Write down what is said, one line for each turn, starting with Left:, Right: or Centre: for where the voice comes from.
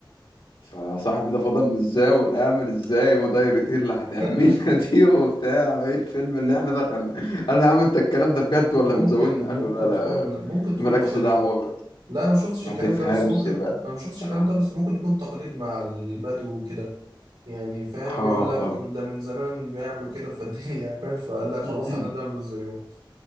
Left: فصاحبي ده فضل ازاي والامل ازاي ودايرتي اللي هتحمينا
Right: <laughs>
Left: <laughs> دي وبتاع ايه الفيلم اللي احنا دخلنا قال له يا عم انت الكلام ده بجد ولا
Right: ممكن
Left: بتزودنا قال
Right: ممكن
Left: له لا لا
Right: تكون ممكن تكون
Left: مالكش
Right: تقاليد
Left: دعوة
Right: لا انا ما شفتش
Left: ما
Right: الكلام
Left: تفهمش
Right: ده بس ممكن
Left: بقى
Right: انا ما شفتش الكلام
Left: اه
Right: ده بس ممكن يكون تقاليد مع البدو وكده يعني فاهم
Left: اه,
Right: يقول لك
Left: آه.
Right: ده من زمان بيعملوا كده فالدنيا <laughs> امان فقال لك خلاص
Left: <laughs>
Right: احنا نعمل
Left: <clears throat>
Right: زيهم